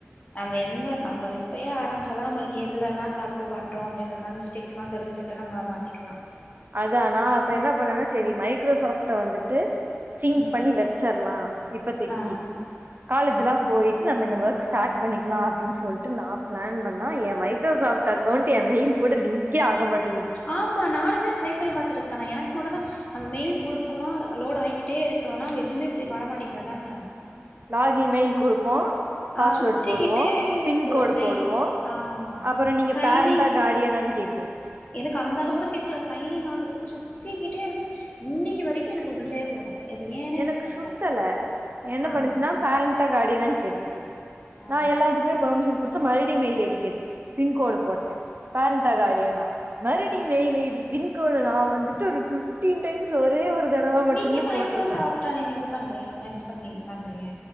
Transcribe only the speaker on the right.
அதா நா அப்ப என்ன பண்ணனா செரி மைக்ரோசாப்ட வந்துட்டு சிங்
பண்ணி வெச்சற்லா இப்பத்திக்கி
காலேஜுலா
போய்ட் நம்ம இந்த ஒர்க் ஸ்டார்ட் பண்ணிக்கலா அப்டின் சொல்ட்டு நா பிளான் பண்ணா எ மைக்ரோசாப்ட் அக்கவுண்ட் எ மெயில் கூட லிங்க் கே ஆகமாட்
லாகின் மெயில் குடுப்போ பாஸ்வேர்டு
போடுவோ
பின்கோடு்
போடுவோ
அப்றோ நீங்க
பேரண்ட்டா காடியனான்னு கேக்கு
எனக்கு
சுத்தல என்ன
பண்ணுச்சுன்னா பேரண்ட்டா கார்டியனான்னு கேட்டுச்சு
நா எல்லாத்துக்குமே பர்மிஷன் குடுத் து மறுபடி மெயில் ஐ டி கேட்டுச்சு பின்கோடு போட்டே பேரன்ட்டா கார்டியனா மறுபடி mail I D pin code நா வந்துட்டு ஒரு பிஃப்டின் டைம்ஸ் ஒரே ஒரு தடவ மட்டுமே
போட்டிருப்பே